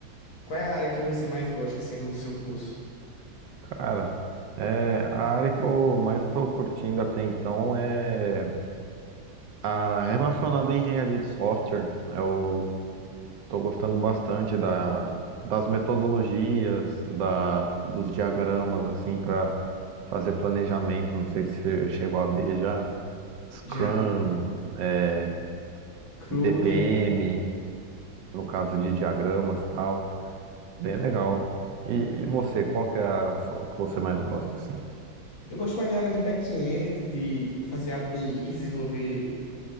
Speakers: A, on the left; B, on the right.
A: Qual é a área que você mais gosta assim do seu curso?
B: Cara, é, a área que eu mais tô curtindo até então é a relacionada à engenharia de software. Eu tô gostando bastante da, das metodologias, da, dos diagramas, assim, para fazer planejamento. Não sei se você chegou a ver já. Scrum.
A: Já,
B: é,
A: CRUD.
B: BPM, no caso de diagramas e tal. Bem legal. E, e você, qual que é a sua- que você mais gosta, assim?
A: Eu gosto mais da área de back-end, de fazer APIs, desenvolver